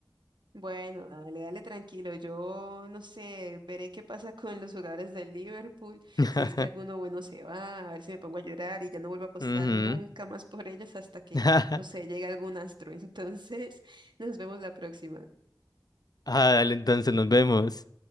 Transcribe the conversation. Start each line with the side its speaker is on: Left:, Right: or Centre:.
Right: Bueno, dale, dale tranquilo. Yo no sé, veré qué pasa con los jugadores del Liverpool,
Left: <laughs>
Right: si es que alguno bueno se va, a ver si me pongo a llorar y ya no vuelvo a apostar
Left: Ujú.
Right: nunca más por ellos hasta que,
Left: <laughs>
Right: no sé, llegue algún astro. <laughs> Entonces, nos vemos la próxima.
Left: Ah, dale, entonces nos vemos.